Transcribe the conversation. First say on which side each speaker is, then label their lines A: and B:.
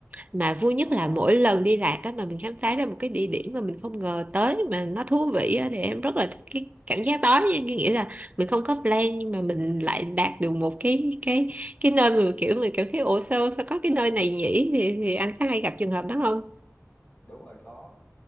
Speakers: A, on the right; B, on the left.
A: mà vui nhất
B: Ồ,
A: là mỗi lần đi lạc á mà mình khám phá ra một cái địa điểm mà mình không ngờ tới mà nó thú vị á thì em rất là thích cái cảm giác đó cái nghĩa là mình không có plan nhưng mà mình lại đạt được một cái cái cái nơi mà kiểu mình cảm thấy ủa sao sao có cái nơi này nhỉ thì thì anh có hay gặp trường hợp đó không
B: đúng rồi có